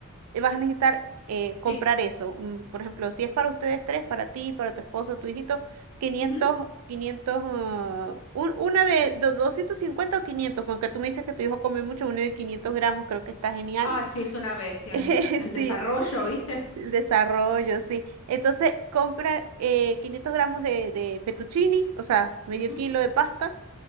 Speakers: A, on the right; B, on the left.
A: eh, vas a necesitar eh, comprar
B: Sí.
A: eso. Mm, Por ejemplo, si es para ustedes tres, para ti, para tu esposo, tu hijito, quinientos
B: Ujú.
A: 500 ah, un- una de, de 250 o 500 aunque tú me dices que tu hijo come mucho, una de 500 gramos creo que está genial.
B: Ay, sí, es una bestia
A: <laughs>
B: el mío. En desarrollo,
A: Sí,
B: ¿viste?
A: el desarrollo, sí. Entonces, compra eh, 500 gramos de, de fettuccini, o sea, medio
B: Ujú.
A: kilo de pasta.